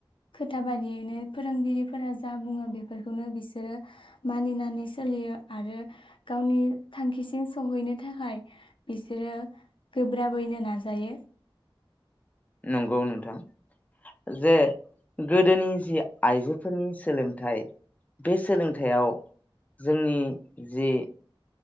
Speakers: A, on the left; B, on the left.
A: खोथा बादियै बिनो फोरोंगिरिफोरा जा बुङो बेफोरखौनो बिसोरो मानिनानै सोलियो आरो गावनि थांखिसिम सहैनो थाखाय बिसोरो गोब्राबैनो नाजायो।
B: नंगौ नोंथां, जे गोदोनि जि आइजोफोरनि सोलोंथाइ बे सोलोंथाइयाव जोंनि जि